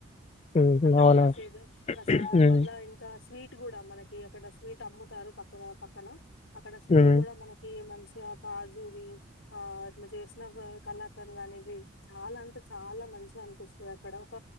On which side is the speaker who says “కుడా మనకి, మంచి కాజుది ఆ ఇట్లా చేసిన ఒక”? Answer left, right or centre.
Left